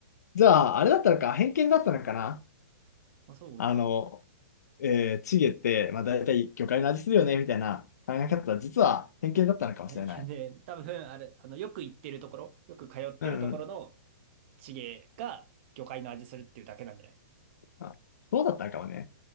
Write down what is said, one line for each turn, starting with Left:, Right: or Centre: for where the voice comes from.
Left: じゃあ、あれだったのか、偏見だったのかな。
Right: まあ、そうかも。
Left: あの、えーチゲって、まあ大体魚介の味するよね、みたいな考え方は実は偏見だったのかもしれない。
Right: 体験で、多分、あれ、あの、よく行ってるところ、よく通ってるところの
Left: うんうん。
Right: 地芸が魚介の味するっていうだけなんじゃない
Left: あ、そうだったのかもね。